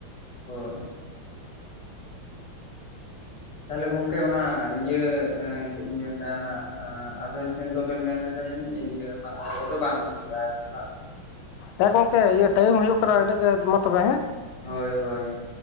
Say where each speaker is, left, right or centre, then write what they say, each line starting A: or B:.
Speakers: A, on the left; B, on the left.
A: ᱦᱳᱭ ᱛᱟᱦᱞᱮ ᱜᱚᱝᱠᱮ ᱚᱱᱟ ᱤᱭᱟᱹ ᱪᱮᱫ ᱤᱧ ᱢᱮᱱᱫᱟ ᱚᱱᱟ ᱟᱵᱮᱱ ᱥᱮᱱ ᱫᱚᱵᱮᱱ ᱢᱮᱱ ᱞᱮᱫᱟ᱾ ᱡᱟᱹᱱᱤᱡ ᱤᱭᱟᱹ ᱢᱟᱜ ᱢᱬᱮ ᱠᱚᱫᱚ ᱵᱟᱝ ᱦᱩᱭᱩᱜᱼᱟ ᱥᱮ ᱵᱟᱝ
B: ᱦᱮᱸ ᱜᱚᱝᱠᱮ ᱤᱭᱟᱹ ᱴᱟᱭᱤᱢ ᱦᱩᱭᱩᱜ ᱠᱟᱱᱟ ᱤᱱᱟᱹᱜ ᱜᱮ ᱢᱟ ᱛᱚᱵᱮ ᱦᱮᱸ
A: ᱦᱳᱭ ᱦᱳᱭ